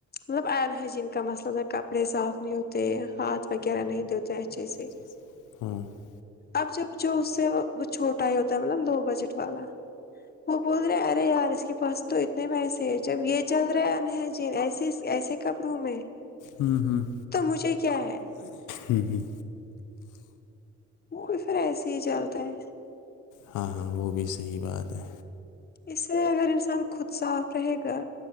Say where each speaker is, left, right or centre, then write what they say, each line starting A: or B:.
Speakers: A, on the left (about 30°); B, on the left (about 85°).
A: مطلب آئرن ہائجین کا مسللہ کپڑے صاف نہیں ہوتے ہاتھ وغیرہ نہیں دیتے اچھے سے
B: <inaudible> ہاں وہ
A: اب جب جو اس سے وہ چھوٹا ہی ہوتا ہے مطلب دو بجٹ والا وہ بول رہے ارے یار اس کے پاس تو اتنے پیسے ہیں جب یہ چل رہ انہ ج ایسے ایسے کپڑوں میں
B: ہوں ہوں
A: تو مجھے کیا ہے
B: ہوں ہوں
A: وہ بھی پھر ایسے ہی چلتا ہے
B: ہاں ہاں وہ بھی صحیح بات ہے
A: اس سے اگر انسان خود صاف رہے گا